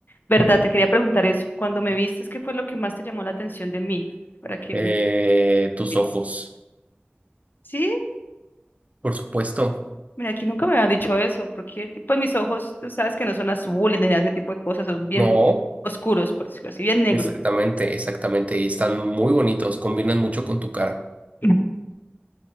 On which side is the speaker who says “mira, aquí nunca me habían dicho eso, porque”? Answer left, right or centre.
Left